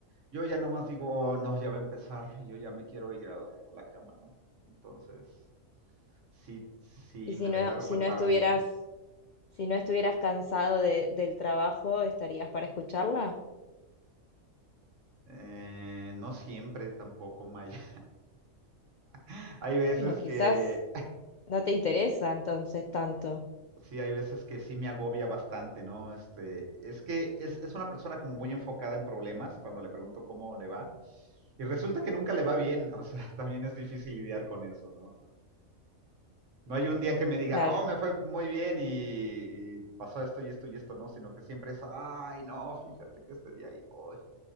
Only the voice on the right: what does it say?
yo ya nomás digo, "Oh, no, ya va a empezar y yo ya me quiero ir a, a la cama, ¿no? Entonces, sí, sí,
me
declaro
culpable.
Eh, no siempre tampoco, Maya. <laughs> Hay veces
que
Sí, hay veces que sí me agobia bastante, ¿no? Este, es que es, es una persona como muy enfocada en problemas cuando le pregunto cómo le va. Y resulta que nunca le va bien, o sea, <laughs> también es difícil lidiar con eso, ¿no? No hay un día que me diga,
oh, me fue muy bien y, y pasó esto y esto y esto, ¿no? Sino que siempre es, ay, no, fíjate que este día ahí voy.